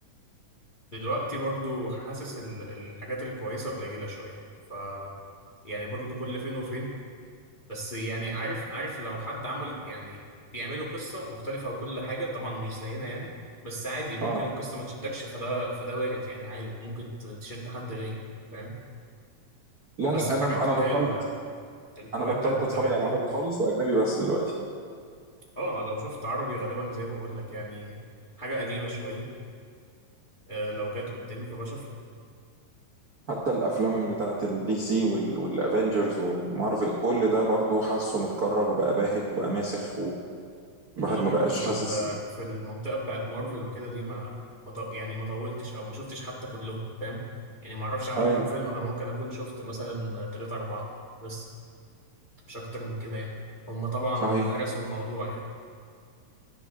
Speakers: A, on the left; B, on the right.
A: دلوقتي برضه حاسس ال- الحاجات الكويسة قليلة شوية ف يعني برضه كل فين وفين بس يعني عارف عارف لو حد عمل يعني بيعملوا قصة مختلفة وكل حاجة طبعا مش زينا يعني بس عادي ممكن
B: أه
A: القصة ما تشدكش فده فده وارد يعني عادي ممكن ت- تشد حد غيري فاهم
B: لا
A: بس
B: لا
A: الحاجات
B: أنا أنا
A: اللي
B: بطلت
A: هي ال- القوية
B: أنا بطلت
A: بتاعت
B: أتفرج
A: زمان
B: على العربي
A: دي
B: خالص وأجنبي بس دلوقتي
A: اه انا لو شفت عربي غالبا زي ما بقول لك يعني حاجة قديمة شوية آه، لو جت قدامي فبشوفها
B: حتى الأفلام بتاعة الدي سي وال... والأفينجرز والمارفل كل ده برضو حاسه متكرر وبقى باهت وبقى ماسخ والواحد
A: انا
B: ما
A: برضو
B: بقاش
A: في
B: حاسس
A: ال- في المنطقه بتاعت مارفل وكده دي ما ما ط- يعني ما طولتش او ما شفتش حتى كلهم فاهم يعني ما اعرفش عملوا
B: أيوه
A: كام فيلم انا ممكن اكون شفت مثلا تلاتة اربعة بس مش اكتر من كده يعني هم طبعا
B: صحيح
A: هرسوا الموضوع يعني